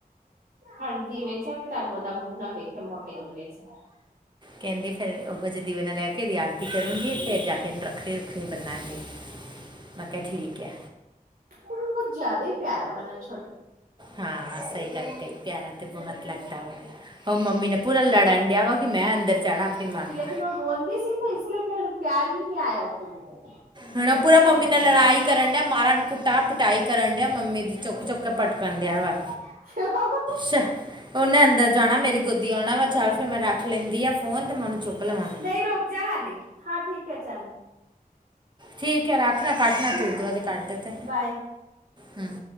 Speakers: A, on the right; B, on the right.
A: ਹੁਣ ਦੀਵੇ 'ਚ ਵੀ ਤੁਹਾਨੂੰ ਉਹਦਾ ਮੂੰਹ ਨਾ ਵੇਖਿਆ, ਮੋਟੇ ਦੀਵੇ 'ਚ।
B: ਕਹਿੰਦੀ ਫੇਰ ਉਹੋ ਜਿਹੇ ਦੀਵੇ ਨਾਲ ਲੈ ਕੇ ਇਹਦੀ ਆਰਤੀ ਕਰੂੰਗੀ। ਫੇਰ ਜਾ ਕੇ ਇਹਨੂੰ ਰੱਖ ਤੇ ਰੱਖਰੀ ਬੰਨਾਗੇ, ਮੈਂ ਕਿਹਾ ਠੀਕ ਆ।
A: ਉਨਾਂ ਦਾ ਜ਼ਿਆਦਾ ਈ ਪਿਆਰਾ ਬਨਾ 'ਚ
B: ਹਾਂ, ਸਹੀ ਗੱਲ ਕਹੀ ਪਿਆਰਾ ਤੇ ਬਹੁਤ ਲੱਗਦਾ ਵਾ। ਉਹ ਮੰਮੀ ਨਾ ਪੂਰਾ ਲੜਨ ਡਿਆ ਵਾ, ਕਿ ਮੈਂ ਅੰਦਰ ਜਾਣਾ ਆਪਣੀ ਮਾਂ ਕ
A: ਜਿਲ੍ਹੇ ਉਹ ਰੋਂਦੀ ਸੀ ਨਾ, ਇਸ ਲਈ ਕਿਹੇ ਨੂੰ ਪਿਆਰ ਈ ਨੀ ਆਇਆ ਉਹ ਕੁੜੀ 'ਤੇ।
B: ਹੁਣ ਉਹ ਪੂਰਾ ਮੰਮੀ ਨਾਲ ਲੜਾਈ ਕਰਨ ਡਿਆ। ਮਹਾਰਾ, ਕੁਟਾ, ਪਿਟਾਈ ਕਰਨ ਡਿਆ ਮੰਮੀ ਦੀ, ਚੁੱਕ-ਚੁੱਕ ਕੇ ਪਟਕ ਕਰਨ ਡਿਆ ਵਾ।
A: <inaudible>
B: ਛ ਉਹਨੇ ਅੰਦਰ ਜਾਣਾ, ਮੇਰੀ ਗੋਦੀ ਆਉਣਾ ਵਾ। ਚੱਲ ਫਿਰ, ਮੈਂ ਰੱਖ ਲੈਂਦੀ ਆ ਫ਼ੋਨ ਤੇ ਮੈਂ ਉਹਨੂੰ ਚੁੱਕ ਲਵਾਂ।
A: ਨਹੀਂ ਰੁਕ ਜਾ ਹਾਲੀ। ਹਾਂ, ਠੀਕ ਐ ਚੱਲ।
B: ਠੀਕ ਐ ਰੱਖ ਨਾ, ਕੱਟ
A: ਠੀਕ
B: ਨਾ ਤੂੰ। ਉਧਰੋਂ ਦੀ ਕੱਟ ਦੇ ਤੇ
A: ਬਾਏ
B: ਹੂੰ